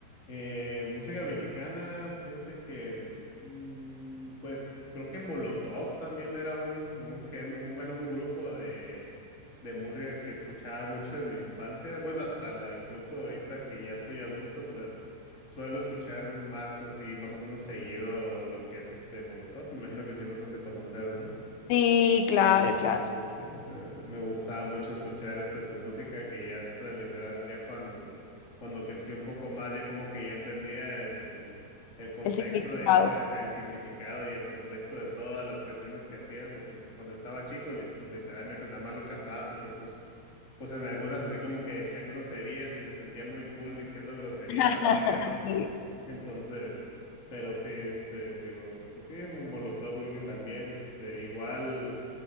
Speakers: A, on the left; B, on the left.
A: Eh, música mexicana, fíjate que, mm, pues creo que Molotov también era un, un gen, un, bueno, un grupo de, de música que escuchaba mucho en mi infancia. Bueno, hasta la, incluso ahorita que ya soy adulto, pues suelo escuchar más así, más o menos seguido lo que es este Molotov. Me imagino que sí los has de conocer, ¿no?
B: Sí, claro,
A: Sí, sí,
B: claro.
A: sí, sí, o sea, me gustaba mucho escuchar este, su música que ya está literal, ya cuando, cuando creció un poco más, ya como que ya entendía el, el, el contexto
B: El significado.
A: de él, co- ajá, el significado y el contexto de todas las canciones que hacía, porque pues cuando estaba chico, li- pues literalmente nada más lo cantaba, porque pues, pues en algunas así como que decían groserías y me sentía muy cool diciendo groserías
B: <laughs>
A: al aire, ¿no?
B: Sí.
A: <laughs> Entonces, pero sí, este, te digo, pues sí, Molotov creo que también, este, igual.